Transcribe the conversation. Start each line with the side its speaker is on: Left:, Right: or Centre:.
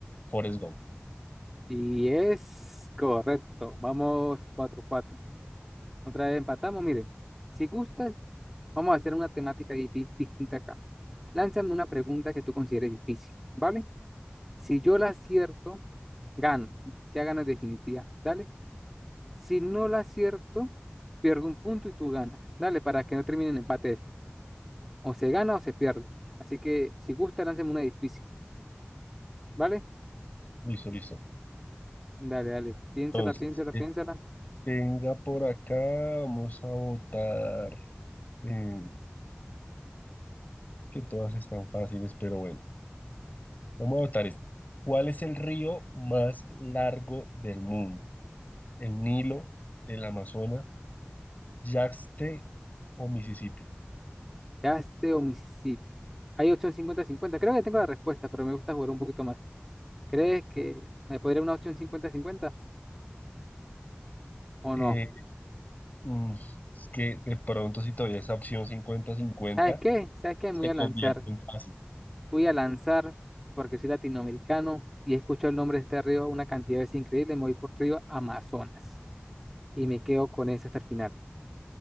Left: Forrest Gump.
Centre: Y es correcto. Vamos cuatro, cuatro. Otra vez empatamos. Mire, si gustas, vamos a hacer una temática difí- distinta acá. Lánzame una pregunta que tú consideres difícil, ¿vale? Si yo la acierto, gano. Ya gano en definitiva. Dale. Si no la acierto, pierdo un punto y tú ganas. Dale, para que no termine en empate esto. O se gana o se pierde. Así que si gusta, lánceme una difícil. ¿Vale?
Left: Listo, listo.
Centre: Dale, dale. Piénsala,
Left: Entonces,
Centre: piénsala,
Left: que
Centre: piénsala.
Left: tenga por acá, vamos a votar. eh, que todas están fáciles, pero bueno, vamos a votar esta. ¿Cuál es el río más largo del mundo? ¿El Nilo, el Amazonas, Yangtze o Mississippi?
Centre: Yaste o Mississippi. Hay opción cincuenta cincuenta Creo que tengo la respuesta, pero me gusta jugar un poquito más. ¿Crees que me podría una opción cincuenta cincuenta o
Left: Eh,
Centre: no?
Left: Mm, es que de pronto si todavía esa opción cincuenta cincuenta
Centre: ¿Sabes qué? ¿Sabes qué?
Left: se
Centre: Me voy a
Left: convierte
Centre: lanzar.
Left: en fácil.
Centre: Voy a lanzar, porque soy latinoamericano y escucho el nombre de este río una cantidad de veces increíble, me voy por río Amazonas y me quedo con ese hasta el final.